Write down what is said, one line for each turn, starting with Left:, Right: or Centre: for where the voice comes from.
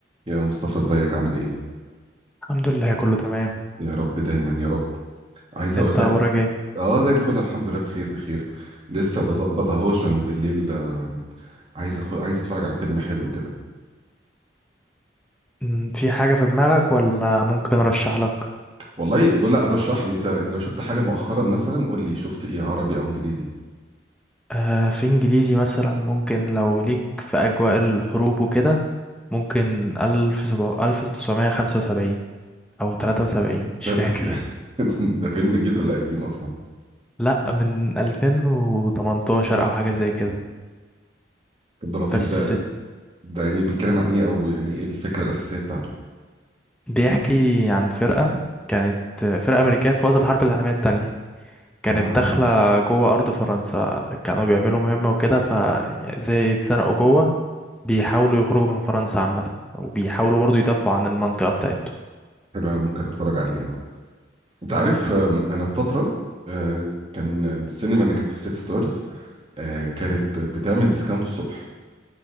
Right: يا مصطفى ازيك عامل ايه؟
Centre: الحمد لله كله تمام
Right: يا رب دايما يا رب عايز اقول
Centre: انت
Right: لك
Centre: اخبارك ايه
Right: اه زي الفل الحمد لله بخير بخير لسه بظبط اهو عشان بالليل آم، عايز أخو... عايز اتفرج على فيلم حلو كده
Centre: ام، في حاجة في دماغك ولا ممكن ارشح لك
Right: والله ب- لا رشح لي انت انت لو شفت حاجه مؤخرا مثلا قول لي شفت ايه عربي او انجليزي
Centre: آه في انجليزي مثلا ممكن لو ليك في اجواء الحروب وكده ممكن الف سبع الف تسعمية خمسة وسبعين او تلاتة وسبعين مش
Right: ده,
Centre: فاكر
Right: <laughs> ده فيلم جديد ولا قديم اصلا؟
Centre: لا من الفين وتمنتاشر او حاجة زي كده
Right: عبد اللطيف
Centre: بس
Right: ده ده يعني بيتكلم عن ايه او يعني ايه الفكره الاساسيه بتاعته؟
Centre: بيحكي عن فرقة كانت فرقة أمريكية في وقت الحرب العالمية التانية كانت
Right: اه
Centre: داخلة جوه أرض فرنسا كانوا بيعملوا مهمة وكده ف يعني زي اتزنقوا جوه بيحاولوا يخرجوا من فرنسا عامة وبيحاولوا برضو يدافعوا عن المنطقة بتاعتهم
Right: حلو أوي، ممكن اتفرج عليه اه انت عارف آم، انا في فتره آه، كان السينما اللي كانت في سيتي ستارز آه، كانت بتعمل ديسكاونت الصبح